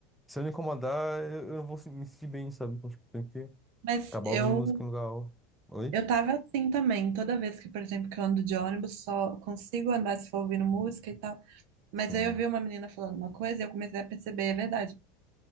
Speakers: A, in the centre; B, on the right.
A: Se eu não incomodar, eu eu não vou se- me sentir bem, sabe? Então, tipo, tem que
B: Mas
A: acabar
B: eu,
A: ouvindo música em lugar. al- Oi?
B: eu tava assim também, toda vez que, por exemplo, que eu ando de ônibus, só consigo andar se for ouvindo música e tal. Mas
A: Sim.
B: aí eu vi uma menina falando uma coisa e eu comecei a perceber, é verdade.